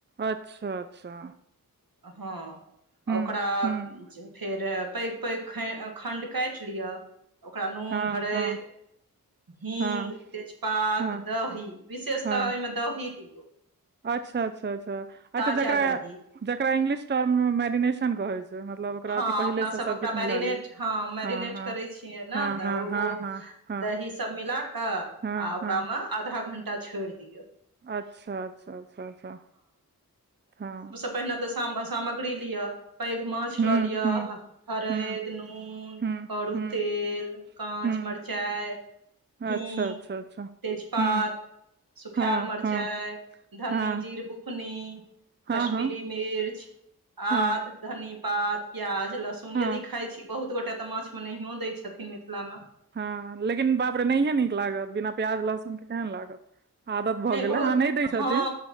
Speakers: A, on the right; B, on the right.
A: अच्छा, अच्छा।
B: हँ,
A: हुँ
B: ओकरा।
A: हुँ
B: फेर, पैघ पैघ खण्ड काटि लिआ ओकरा नून
A: हँ
B: हरिद।
A: हँ
B: हीग
A: हँ
B: तेजपात
A: हँ
B: दही विशेषत
A: हँ
B: एहिमे दही दियौ।
A: अच्छा, अच्छा, अच्छा
B: ताजा
A: अच्छा, जकरा
B: दही
A: जकरा इंगलिश टर्ममे मैरिनेट कहे छै। मतलब ओकरा
B: हँ,
A: अथी पहिले
B: अपना
A: से
B: सभ
A: सबकिछु
B: ओकरा मैरिनेट,
A: मिला लिअ
B: हँ, मैरिनेट
A: हँ हँ
B: करै छियै
A: हँ
B: ने त
A: हँ हँ
B: ओ
A: हँ हँ
B: दही सभ मिला कऽ
A: हँ
B: आ ओकरामे
A: हँ
B: आधा घण्टा छोड़ि दियौ।
A: अच्छा, अच्छा, अच्छा, हँ
B: पहिले तऽ सामग्री लिअ पैघ माछ
A: हुँ
B: लऽ लिअ
A: हुँ
B: हरेद
A: हुँ
B: नून
A: हुँ
B: करू
A: हुँ
B: तेल काँच
A: हुँ
B: मिरचाइ हिंग
A: अच्छा अच्छा अच्छा
B: तेजपात।
A: हुँ
B: सुखायल
A: हँ
B: मिरचाइ
A: हँ
B: धनी
A: हँ
B: जीर बुकनी।
A: हँ
B: कश्मीरी
A: हँ
B: मिर्च, आद।
A: हँ
B: धनी पात प्याज लहसुन
A: हँ
B: यदि खाय छी बहुत गोटाे तऽ माछमे नहियो दै छथिन मिथिलामे
A: हँ, लेकिन बाप रे नहियए निक लागत बिना प्याज लहसुन के केहन लागत। आदत भऽ गेल
B: बहुत
A: ह, नहि दै, छथिन
B: हँ